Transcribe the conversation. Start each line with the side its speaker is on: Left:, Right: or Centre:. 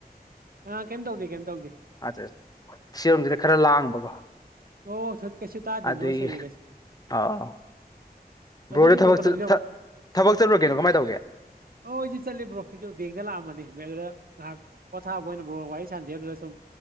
Right: ꯑꯥ ꯀꯩꯝ ꯇꯧꯗꯦ ꯀꯩꯝ ꯇꯧꯗꯦ
Left: ꯑꯆꯔ ꯁꯤꯌꯨꯝꯖꯤꯅ ꯈꯥꯔ ꯂꯥꯡꯕꯀꯣ
Right: ꯑꯣ ꯀꯩꯁꯨ ꯇꯥꯗꯦ
Left: ꯑꯗꯨꯏꯒꯤ
Right: ꯅꯣꯏꯁ ꯑꯣꯏꯗꯦ ꯀꯩꯁꯨ
Left: ꯑꯥꯎ
Right: ꯑꯗꯨꯗꯤ
Left: ꯕ꯭ꯔꯣꯗꯤ
Right: ꯕ꯭ꯔꯣ
Left: ꯊꯕꯛ
Right: ꯀꯩꯅꯣꯗꯤ
Left: ꯆꯠꯊꯥ ꯊꯥꯕꯛꯆꯠꯂꯨꯔꯒꯦꯗꫭ ꯀꯃꯥꯏ ꯇꯧꯒꯦ
Right: ꯍꯣꯏꯁꯨ ꯆꯠꯂꯤꯕ꯭ꯔꯣ ꯑꯩꯁꯨ ꯕꯦꯡꯗ ꯂꯥꯛꯑꯃꯅꯦ ꯑꯗꯨꯗ ꯉꯍꯥꯛ ꯄꯣꯊꯥꯕ ꯑꯣꯏꯅ ꯋꯥꯔꯤ ꯁꯖꯦ ꯑꯗꯨ ꯁꯨꯝ